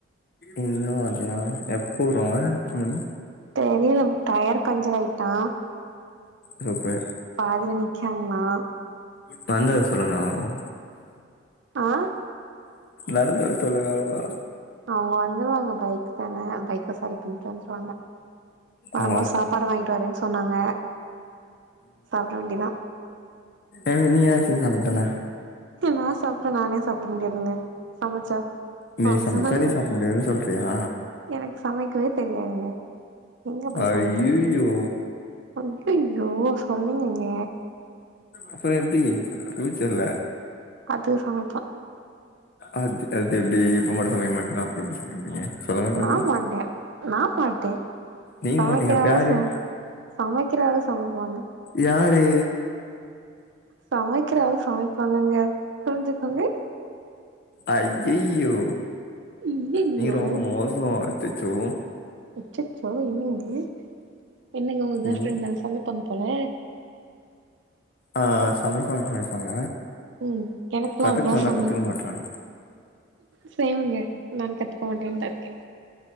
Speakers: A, on the left; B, on the right.
A: இன்னு வல்லையா எப்ப வருவாங்க எத்தன மணி
B: தெரியல டயர் பஞ்சர் ஆயிட்டா
A: சூப்பர்
B: பாதில நிக்காங்களா
A: நடந்து வர சொல்லுங்க அவ்ளதா
B: ஆ
A: நடந்து வர சொல்லுங்க அவ்ளதா
B: அவுங்க வந்துருவாங்க பைக் தான பைக்க சரி பண்ணிட்டு வந்துருவாங்க வரும்போது
A: ஓ
B: சாப்பாடு வாங்கிட்டு வர்றேன்னு சொன்னாங்க சாப்ட வேண்டிதா
A: எப்டி நீ எதாச்சு சாப்டதான
B: நா சாப்ட்டா நானே சாப்ட முடியாதுங்க சமச்சா
A: நீ
B: அப்டி
A: சமச்சா
B: சொன்னாங்க
A: நீ சாப்ட முடியாதுன்னு சொல்றயா
B: எனக்கு சமைக்கவே தெரியாதுங்க எங்க போய்
A: ஐய்யய்யோ
B: சமைக்குரதுக்கு ஐய்யய்யோ சொல்லுங்கங்க
A: அப்பறோ எப்டி பியூச்சர்ல
B: அது சமப்போ
A: அது அது எப்டி இப்ப மட்டு சமைக்க மாட்டீங்கன்னா அப்ப எப்டி சமைப்பீங்க சொல்லுங்க கொஞ்சோ
B: நா மாட்டே நா மாட்டே
A: நீங்க
B: சமைக்கிற
A: மாட்டீங்க அப்ப
B: ஆளு
A: யாரு
B: சம சமைக்கிற ஆளு சமைப்பாங்க
A: யாரு
B: சமைக்கிற ஆளு சமைப்பாங்கங்க புரிஞ்சிக்கோங்க
A: ஐய்யய்யோ
B: ஐயையோ
A: நீங்க ரொம்ப மோசமா இருக்கு அச்சுச்சோ
B: அச்சச்சோ என்னங்க என்னங்க உங்க கேர்ள்
A: ம்
B: ஃப்ரெண்ட் நல்லா சமைப்பாங்க போல
A: ஆ சமைப்பாங்க சமைப்பாங்க
B: ம் எனக்குலா
A: கத்துக்க
B: அவ்ளோ
A: சொன்னா
B: சமைக்
A: கத்துக்க மாட்றாங்க
B: சேமுங்க நா கத்துக்க மாட்டேன்னுதா இருக்கே